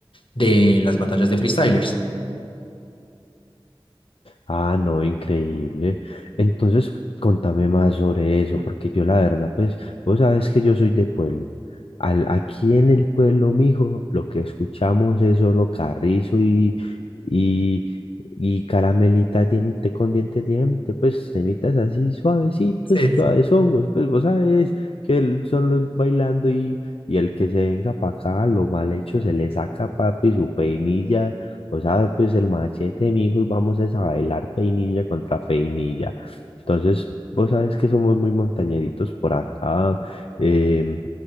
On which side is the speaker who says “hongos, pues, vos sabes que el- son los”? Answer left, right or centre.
Left